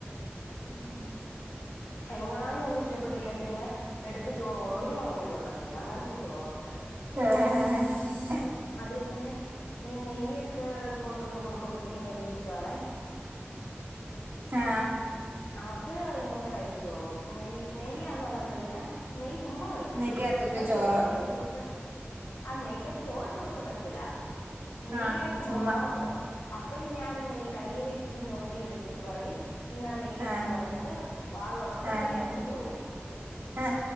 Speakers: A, on the left; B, on the right.
A: <inaudible> എങ്ങാനും ഒന്നും ഇഷ്ടപ്പെട്ടില്ലേ പിന്നെ എടുത്ത ചോറ് ഒരു വ പോലും ഉണ്ണത്തില്ല അങ്ങനത്തെ സ്വഭാവണ്ട്
B: ആഹ <inaudible>
A: അതേ സമയം ഈ നെയ്യൊക്കെ കൊണ്ടുവന്ന് കൊടുക്കുമ്പോത്തേക്കും വലിയ ഇഷ്ടവാണേ
B: ആ
A: അത് ഇങ്ങനെ കഴിച്ചോളും നെയ്യ് നെയ്യാന്ന കണ്ട കഴിഞ്ഞ നെയ് ചുമ്മാ കഴിക്കും
B: നെയ്ക്കകത്തിട്ട്
A: എന്നാ
B: ചോറ്
A: ചോറിലൊഴിച്ചു കൊടുത്ത ആ നെയക്കത്ത് ചോർ പറ്റത്തില്ല നെയ്
B: ആ
A: ആയിട്ട്
B: ചുമ്മാ
A: മാത്രം അപ്പം ഞാൻ നെയ് കയ്യേലിചിരിഞ്ഞോണ്ടി എടുത്തിട്ട് പറയും ഇന്നാ നെയ്യാന്ന്
B: ആ
A: പറഞ്ഞിട്ട് വാ തുറക്കുന്ന
B: ആ
A: ഗ്യാപ്പിന് ചോറ് കുത്തി കയറ്റി കൊടുക്കും
B: ആ